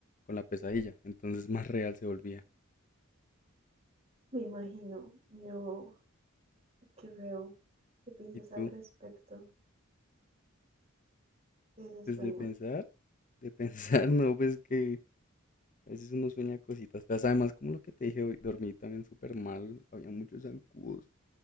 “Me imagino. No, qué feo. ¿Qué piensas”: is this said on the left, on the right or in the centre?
Right